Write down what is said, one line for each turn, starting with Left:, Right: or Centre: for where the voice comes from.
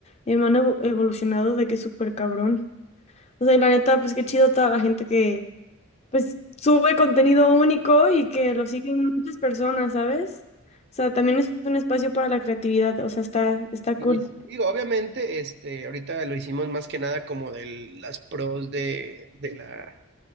Left: eh, han evo- evolucionado de que súper cabrón. O sea, y la neta, pues qué chido toda la gente que, pues, sube contenido único y que lo siguen muchas personas, ¿sabes? O sea, también es un espacio para la creatividad, o sea, está, está
Right: Y
Left: cool.
Right: es- digo, obviamente, este, ahorita lo hicimos más que nada como de las pros de, de la